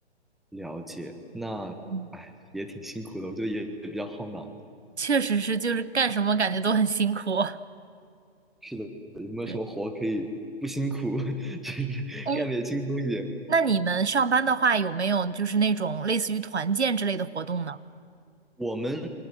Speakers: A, in the centre; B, on the right.
A: 了解。那，
B: 嗯，
A: 哎，也挺辛苦的，我觉得也也比较耗脑。
B: 确实是，就是干什么感觉都很辛苦。
A: 是的，有没有什么活可以不辛苦，
B: 对，
A: <laughs> 就是干得也轻松一点？
B: 哎，那你们上班的话，有没有就是那种类似于团建之类的活动呢？
A: 我们